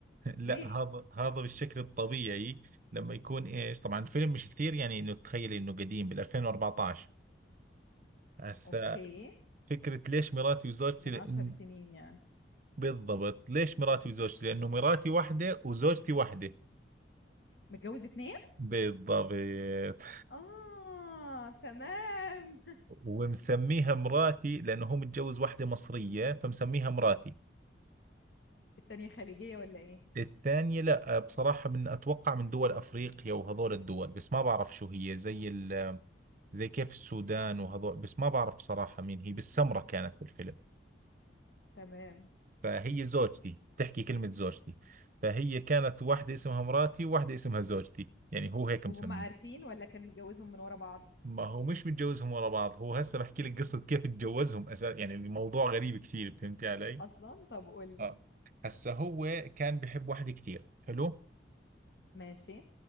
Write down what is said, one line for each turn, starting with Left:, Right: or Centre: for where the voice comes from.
Right: لا
Left: ليه
Right: هذا هذا بالشكل الطبيعي لما يكون إيش طبعا الفيلم مش كثير يعني إنه تخيلي إنه قديم بال 2014 هسا
Left: اوكي
Right: فكرة ليش مراتي وزوجتي
Left: من
Right: لأن
Left: عشر سنين يعني
Right: بالضبط ليش مراتي وزوجتي لأنه مراتي واحدة وزوجتي واحدة
Left: متجوز اتنين
Right: بالضبط
Left: اه تمام
Right: ومسميها مراتي لأنه هو متجوز واحدة مصرية فمسميها مراتي
Left: <laughs> التانية خليجية ولا ايه
Right: الثانية لا بصراحة من أتوقع من دول أفريقيا وهذول الدول بس ما بعرف شو هي زي ال زي كيف السودان وهذول بس ما بعرف بصراحة مين هي بالسمرة كانت بالفيلم
Left: تمام
Right: فهي زوجتي تحكي كلمة زوجتي فهي كانت واحدة اسمها مراتي وواحدة اسمها زوجتي يعني هو هيك
Left: وهم
Right: مسمي
Left: عارفين ولا كان متجوزهم من ورا بعض
Right: ما هو مش متجوزهم ورا بعض هو هسه بحكي لك قصة كيف اتجوزهم اساس يعني الموضوع غريب كثير فهمتي علي؟
Left: اصلا طب قولي
Right: اه هسه هو كان بحب واحدة كثير حلو؟
Left: ماشي